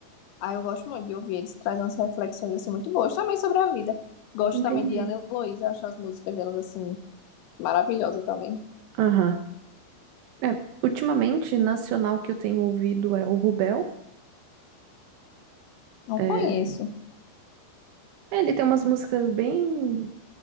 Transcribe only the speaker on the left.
Aí eu gosto muito de ouvir eles, trazem umas reflexões, assim, muito boas também sobre a vida. Gosto
também de Ana Heloísa, acho as músicas delas, assim, maravilhosas também.
Não
conheço.